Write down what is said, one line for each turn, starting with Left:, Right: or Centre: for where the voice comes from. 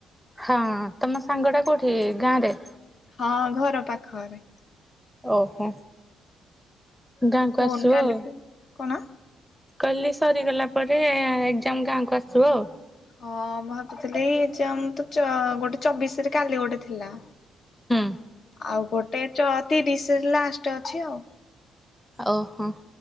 Centre: ହଁ ତମ ସାଙ୍ଗଟା କୋଉଠି ଗାଁରେ?
Left: ହଁ ଘର ପାଖରେ।
Centre: ଓହୋ ଗାଁକୁ
Left: ଫୋନ
Centre: ଆସିବ
Left: କାଲି
Centre: ଆଉ।
Left: ଫୋନ୍ କଣ?
Centre: କହିଲି ସରିଗଲା ପରେ ଏକ୍ଜାମ ଗାଁକୁ ଆସିବ ଆଉ।
Left: ହଁ ମୁଁ ଭାବୁଥିଲି ଯେ ଆମ ତ ଚ ଗୋଟେ ଚବିଶରେ କାଲି ଗୋଟେ ଥିଲା।
Centre: ହୁଁ।
Left: ଆଉ ଗୋଟେ ଚ ତିରିଶରେ ଲାଷ୍ଟ ଅଛି ଆଉ।
Centre: ଓହୋ।